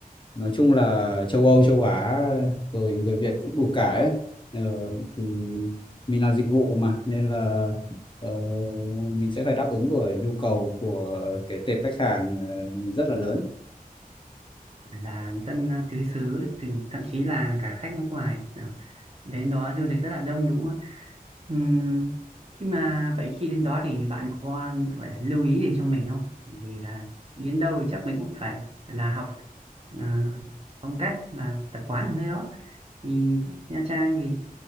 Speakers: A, on the left; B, on the right.
A: nói chung là châu Âu châu Á rồi người Việt cũng đủ cả ấy ờ, thì mình làm dịch vụ mà nên là ờ, mình sẽ phải đáp ứng rồi nhu cầu của cái tệp khách hàng ờ, rất là lớn
B: Phải là dân tứ xứ từ thậm chí là cả khách nước ngoài Ờ, đến đó du lịch rất là đông đúng không Ừm, khi mà vậy khi đến đó thì bạn có gọi là lưu ý gì cho mình không? Bởi vì là đến đâu thì chắc mình cũng phải là học à, phong cách là tập quán ở nơi đó. Thì Nha Trang thì